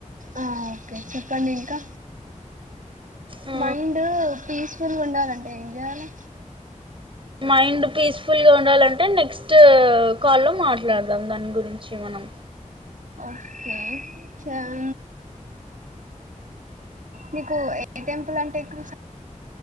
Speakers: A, on the right; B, on the right.
A: ఆ ఓకే చెప్పండి ఇంకా.
B: ఆ
A: మైండ్ పీస్ ఫుల్ ఉండాలం ఏంజెయాలె?
B: మైండ్ పీస్ ఫుల్ గా ఉండాలంటే నెక్స్ట్ కాల్లో మాట్లాడదాం దాని గురించి మనం.
A: ఓకే చం నీకు ఏ టెంపుల్ అంటే ఎక్కువిష్